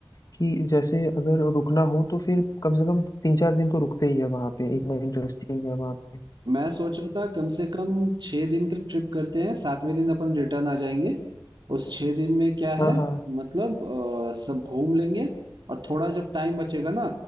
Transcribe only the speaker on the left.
कि जैसे अगर रुकना हो तो फिर कम से कम तीन चार दिन तो रुकते ही है वहां पे इतना इंटरेस्टिंग है वहां पे
हाँ हाँ